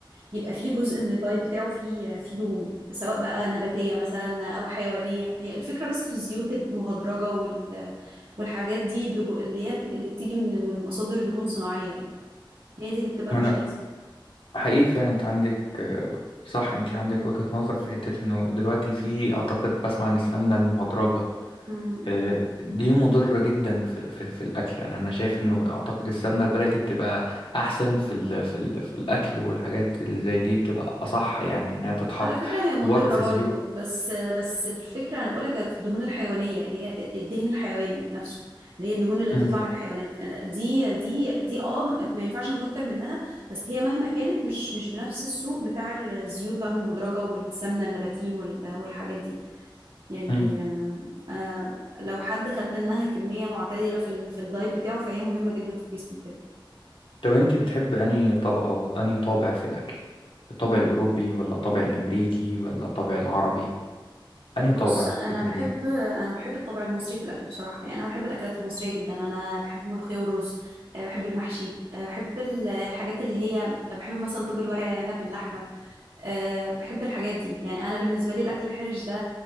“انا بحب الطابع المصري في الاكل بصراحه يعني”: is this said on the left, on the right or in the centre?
Right